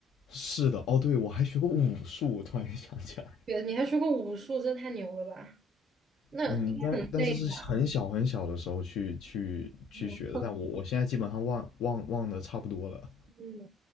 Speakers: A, on the left; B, on the right.
A: 是的，哦，对，我还学过武术，我突然想起来。
B: 对，你还学过武术，这太牛了吧？那应该很累吧？
A: 嗯，但但是是很小很小的时候去去去学的，
B: 嗯
A: 但我我现在基本上忘忘忘的差不多了。
B: 嗯，